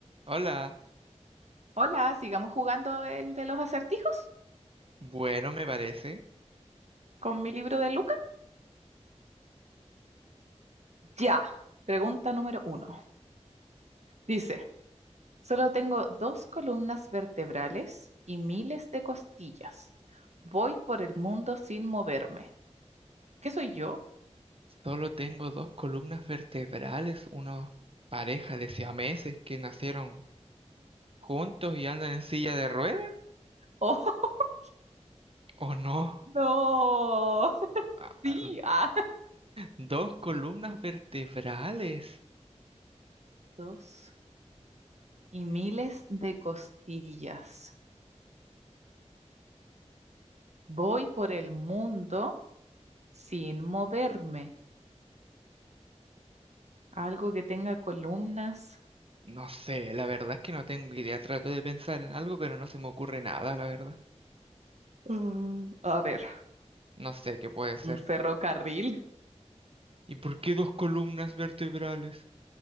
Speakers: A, on the right; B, on the right.
A: Hola,
B: Hola, sigamos jugando el de los acertijos
A: bueno me parece.
B: con mi libro de Luca. Ya. Pregunta número uno. Dice, solo tengo dos columnas vertebrales y miles de costillas. Voy por el mundo sin moverme. ¿Qué soy yo?
A: Solo tengo dos columnas vertebrales, una pareja de siameses que nacieron juntos y andan en silla de ruedas,
B: Oh, <laughs>
A: ¿o no?
B: no. <laughs>
A: Ah,
B: Sí.
A: ah,
B: ah.
A: Dos columnas vertebrales.
B: Dos y miles de costillas. Voy por el mundo sin moverme. Algo que tenga columnas.
A: No sé, la verdad es que no tengo idea. Trato de pensar en algo, pero no se me ocurre nada, la verdad.
B: Mm, A ver.
A: No sé qué puede ser.
B: Un ferrocarril,
A: ¿Y por qué dos columnas vertebrales?